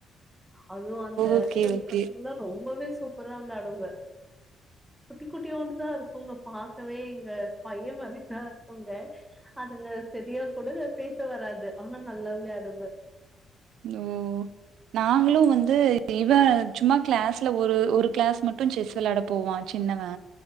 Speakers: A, in the centre; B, on the right (about 80°).
A: அதுவு அந்த
B: ஓகே
A: பசங்க
B: ஓகே.
A: பசங்கல்லா ரொம்பவே சூப்பரா விளயாடுங்க குட்டி குட்டியோண்டுதா இருப்போங்க பாக்கவே எங்க பைய மாரிதா இருப்போங்க அதுங்க சேரியா கூட பே பேச வராது ஆனா நல்ல விளயாடுங்க
B: ம் நாங்களு வந்து இவ சும்மா கிளாஸ்ல ஒரு ஒரு கிளாஸ் மட்டு செஸ் விளயாட போவா சின்னவா